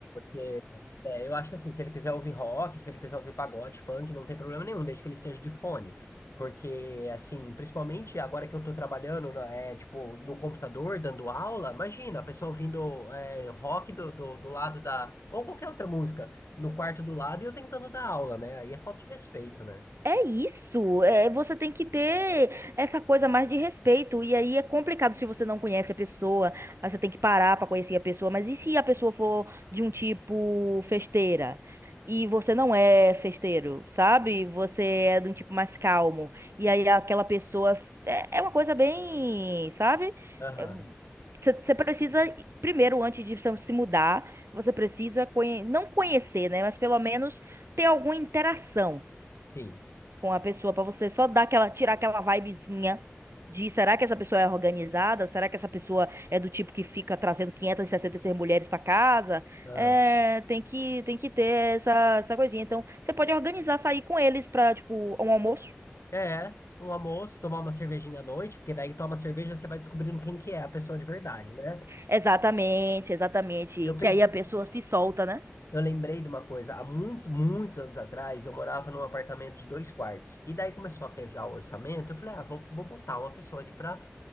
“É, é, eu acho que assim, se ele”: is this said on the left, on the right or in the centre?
Left